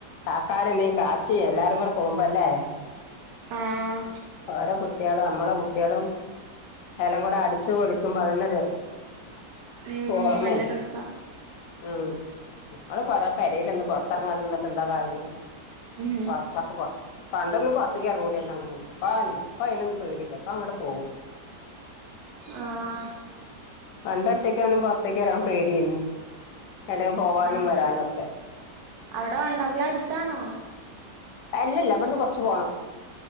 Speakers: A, on the left; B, on the right.
A: കാക്കാരണ്ടങ്കി കാക്കി എല്ലാരും കൂടെ പോകുമ്പോ ല്ലേ?
B: ആഹ്
A: ഓരെ കുട്ടിളും നമ്മളെ കുട്ടിളും എലാം കൂടെ അടിച് പൊളിക്കുമ്പോ അതന്നെരു
B: ഉം
A: ഓർമയാണ്.
B: നല്ല രസാ
A: ഉം നമ്മള് കൊറെ പരെൽ ഒന്ന് പൊറത്തിറങ്ങാതി നിന്നിട്ട് എന്താ കാര്യം.
B: ഉം
A: കുറച്ചൊക്കെ പോ പണ്ടൊന്നും പുറത്തേക്ക് ഇറങ്ങൂലന്ന അങ്ങനും. പ്പതല്ല പ്പ അതിനൊന്നും പേടില്ല അപ്പൊ അങ്ങട്ട് പോകും
B: ആഹ്
A: പണ്ട് ഒറ്റക്കൊന്നും പുറത്തേക്ക് ഇറങ്ങൻ പേടിയന്ന് എവിടേും പോവാനും
B: ഉം
A: വരാനും ഒക്കെ
B: അവിടെ വണ്ടർല അടുത്താണോ? അ
A: അല്ലല്ല ഇവിടുന്ന് കുറച്ച് പോണം